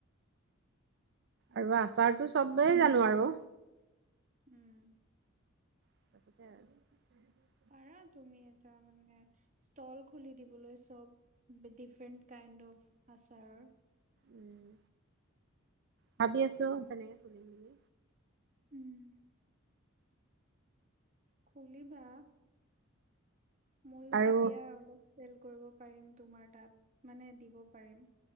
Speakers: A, on the right; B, on the right.
A: আৰু আচাৰটো চ'বেই জানো আৰু।
B: উম।
A: <unintelligible> আৰু
B: পাৰা তুমি এটা মানে ষ্টল খুলি দিবলৈ, চ'ব ডিফৰেণ্ট কাইণ্ডৰ আচাৰৰ।
A: উম। ভাবি আছো, তেনেকে খুলিম বুলি।
B: উম। খুলিবা। ময়ো
A: আৰু
B: তেতিয়া অলপ চেল কৰিব পাৰিম তোমাৰ তাত, মানে দিব পাৰিম।